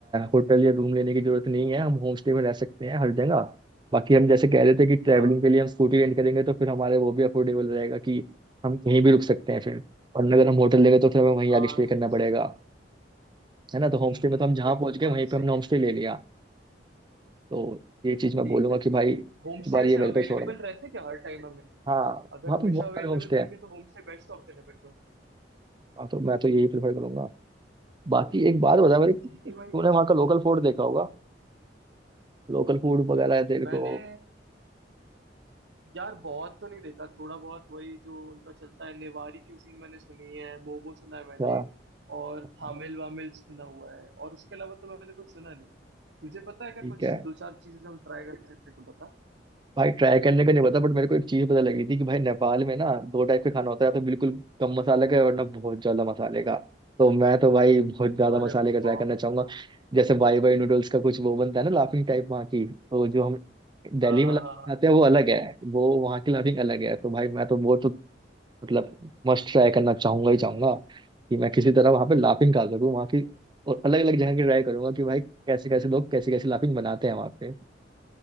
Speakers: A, on the right; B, on the right.
A: होटल या रूम लेने की जरूरत नहीं है हम होम स्टे में रह सकते हैं हर जगह बाकी हम जैसे कह रहे थे कि ट्रैवलिंग
B: हाँ
A: के लिए हम स्कूटी रेंट करेंगे तो फिर हमारे वो भी अफोर्डेबल रहेगा कि हम कहीं भी रुक सकते हैं फिर और अगर हम होटल लेंगे तो फिर हमें वहीं
B: हाँ
A: आगे स्टे करना
B: ये भी
A: पड़ेगा
B: सही है
A: है ना तो होम
B: हम्म
A: स्टे में
B: हम्म,
A: तो हम जहाँ
B: हम्म, बिल्कुल
A: पहुंच गए
B: बात
A: वहीं
B: तो
A: पे
B: सही
A: हमने
B: कह
A: होम
B: रहे
A: स्टे
B: हैं
A: ले लिया तो ये चीज मैं
B: ठीक
A: बोलूंगा
B: है ठीक
A: कि भाई
B: है
A: इस
B: होम स्टे
A: बार
B: ऐसे
A: ये मेरे
B: अवेलेबल
A: पे छोड़ना
B: रहते हैं क्या हर टाइम हमें
A: हाँ
B: अगर
A: वहाँ
B: हमेशा
A: पे बहुत
B: अवेलेबल
A: सारे होम स्टे
B: रहेंगे
A: हैं
B: तो होम स्टे बेस्ट ऑप्शन है फिर तो
A: हाँ, तो मैं तो यही प्रेफर करूंगा बाकी एक बात बता मेरे को
B: ठीक है
A: तूने
B: भाई होम
A: वहाँ
B: स्टे
A: का लोकल फूड देखा होगा लोकल फूड वगैरह है तेरे
B: मैंने
A: को
B: यार बहुत तो नहीं देखा थोड़ा बहुत वही जो उनका चलता है नेवारी क्यूजीन मैंने सुनी है मोमो सुना है
A: अच्छा
B: मैंने और थामिल
A: हाँ,
B: वामिल सुना हुआ है और उसके अलावा तो मैंने कुछ सुना नहीं तुझे पता है क्या
A: ठीक
B: कुछ
A: है
B: दो चार चीजें जो हम ट्राई कर सकते हैं, तो बता
A: भाई ट्राई करने का नहीं पता बट मेरे को एक चीज पता लगी थी कि भाई नेपाल में ना दो टाइप के खाना होता है या तो बिल्कुल कम मसाले का वरना बहुत ज्यादा मसाले का तो मैं तो भाई बहुत ज्यादा
B: अरे
A: मसाले का ट्राई
B: बाप
A: करना चाहूंगा
B: रे
A: जैसे बाई बाई नूडल्स का कुछ वो बनता है ना लाफिंग टाइप वहाँ की तो जो हम दिल्ली
B: हाँ हाँ
A: में लाफिंग
B: हाँ हाँ
A: खाते हैं वो अलग है वो वहाँ की लाफिंग अलग है तो भाई मैं तो वो तो मतलब मस्ट ट्राई करना चाहूंगा ही चाहूंगा कि मैं किसी तरह वहाँ पे लाफिंग
B: हम्म,
A: खा सकूँ वहाँ की और अलग अलग जगह की ट्राई करूंगा कि भाई कैसे कैसे लोग कैसे कैसे लाफिंग बनाते हैं वहाँ पे